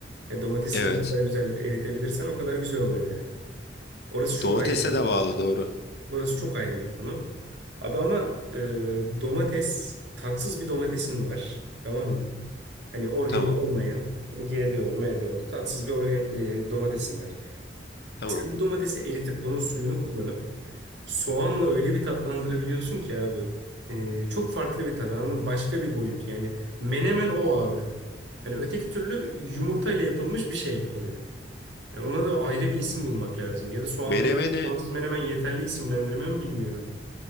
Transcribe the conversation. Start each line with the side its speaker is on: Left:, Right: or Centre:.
Right: Yani domatesini
Left: Evet.
Right: ne kadar güzel eritebilirsen o kadar güzel oluyor menemen. Orası çok
Left: Domatese
Right: ayrı bir
Left: de
Right: konu.
Left: bağlı doğru.
Right: Orası çok ayrı bir konu. Abi ama e, domates tatsız bir domatesin var. Tamam mı? Hani organik
Left: Tamam.
Right: olmayan GDO'lu, MDO'lu tatsız bir organ, e, domatesin var.
Left: Tamam.
Right: Sen bu domatesi eritip bunun suyunu kullanıp soğanla öyle bir tatlandırabiliyorsun ki abi. E, çok farklı bir tat anladın mı? Başka bir boyut. Yani menemen o abi. Hani öteki türlü yumurtayla yapılmış bir şey oluyor. Yani ona da ayrı bir isim bulmak lazım. Ya da soğanlı
Left: Menemeni
Right: soğansız menemen yeterli isimlendirme mi bilmiyorum.